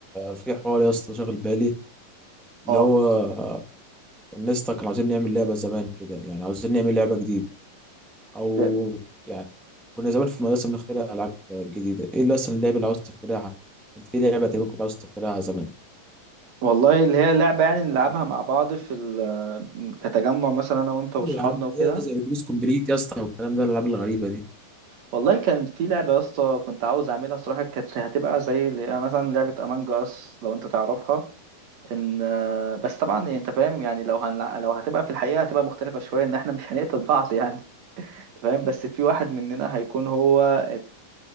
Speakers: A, in the centre; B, on the right.
A: في حوار يا اسطى شاغل بالي اللي
B: اه
A: هو الناس كانوا عاوزين نعمل لعبه زمان كده يعني عاوزين نعمل لعبه جديده او
B: إيه،
A: يعني كنا زمان في المدرسه بنخترع العاب جديده ايه اللي اصلا اللعبه اللي عاوز تخترعها انت في لعبه تقريبا كنت عاوز تخترعها زمان
B: والله اللي هي لعبه يعني نلعبها مع بعض في ال- آه، كتجمع مثلا انا وانت واصحابنا
A: ايوه يا عم
B: وكده
A: زي زي اتوبيس كومبليت يا اسطى والكلام ده الالعاب الغريبه دي
B: والله كان في لعبه يا اسطى كنت عاوز اعملها صراحه كانت هتبقى زي اللي هي مثلا لعبه امانج اس لو انت تعرفها ان آه، بس طبعا يعني انت فاهم يعني لو هن... لو هتبقى في الحقيقه هتبقى مختلفه شويه ان احنا مش هنقتل بعض يعني تمام بس في واحد مننا هيكون هو